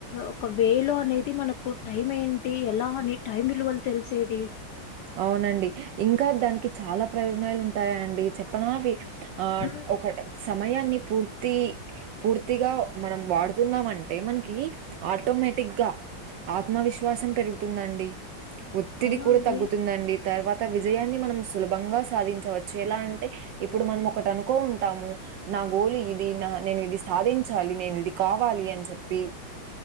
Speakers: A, on the left; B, on the right.
A: ఒక వేలో అనేది మనకు టైం ఏంటి ఎలా అని టైం విలువ తెలిసేది
B: అవునండి ఇంకా దానికి చాలా ప్రయోజనాలు ఉంటాయా అండి చెప్పనవి ఆ
A: ఉమ్,
B: ఒక సమయాన్ని పూర్తి పూర్తిగా మనం వాడుతున్నమంటే మనకి ఆటోమేటిక్గా ఆత్మవిశ్వాసం పెరుగుతుందండి ఒత్తిడి
A: అవునా
B: కూడా
A: అండి
B: తగ్గు తుందండి తర్వాత విజయాన్ని మనం సులభంగా సాధించవచ్చు ఎలా అంటే ఇప్పుడు మనం ఒకటి అనుకోనుంటాము నా గోల్ ఇది నా నేను ఇది సాధించాలి నేను ఇది కావాలి అని చెప్పి